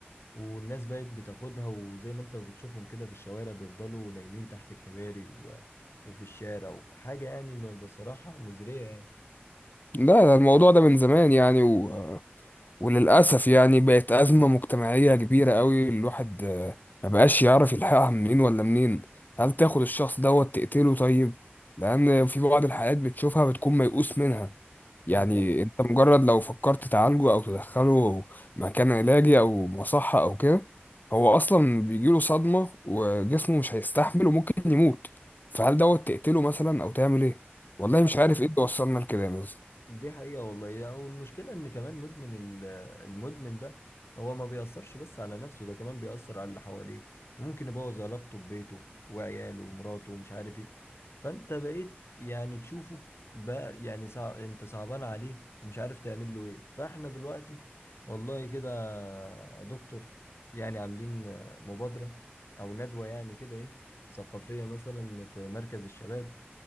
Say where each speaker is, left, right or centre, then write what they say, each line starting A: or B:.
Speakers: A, on the left; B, on the left.
A: والناس بقت بتاخدها وزي ما انت بتشوفهم كده في الشوارع بيفضلوا نايمين تحت الكباري و... وفي الشارع وحاجه يعني م- بصراحه مزريه يعني
B: لا ده الموضوع ده من زمان يعني و... وللاسف يعني بقت ازمه مجتمعيه كبيره قوي الواحد آه، ما بقاش يعرف يلحقها منين ولا منين هل تاخد الشخص دوت تقتله طيب لان في بعض الحالات بتشوفها بتكون ميؤوس منها
A: بالظبط
B: يعني انت مجرد لو فكرت تعالجه او تدخله مكان علاجي او مصحة او كده هو اصلا بيجيله صدمة وجسمه مش هيستحمل وممكن يموت فهل دوت تقتله مثلا او تعمل ايه والله
A: دي
B: مش عارف ايه اللي وصلنا لكده بس
A: دي حقيقة والله يا- والمشكلة إن كمان مدمن ال- المدمن ده هو ما بيأثرش بس على نفسه ده كمان بيأثر على اللي حواليه وممكن يبوظ علاقته ببيته وعياله ومراته ومش عارف إيه فأنت بقيت يعني تشوفه بقى يعني صع... أنت صعبان عليه ومش عارف تعمل له إيه فإحنا دلوقتي والله كده يا دكتور يعني عاملين مبادرة أو ندوة يعني كده إيه ثقافية مثلا في مركز الشباب